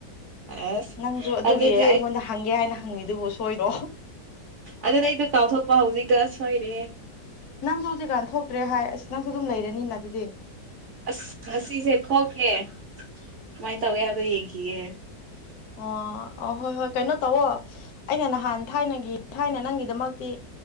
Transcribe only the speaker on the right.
ꯑꯁ
ꯑꯗꯨꯗꯤ
ꯑꯗꯨꯅꯦ ꯑꯩꯗꯣ ꯀꯥꯎꯊꯣꯛꯄ ꯍꯧꯖꯤꯛꯇ ꯁꯣꯏꯔꯦꯍꯦ
ꯑꯁ ꯉꯁꯤꯁꯦ ꯊꯣꯛꯀꯦ ꯀꯃꯥꯏꯅ ꯇꯧꯒꯦ ꯍꯥꯏꯕꯗꯣ ꯌꯦꯡꯈꯤꯒꯦ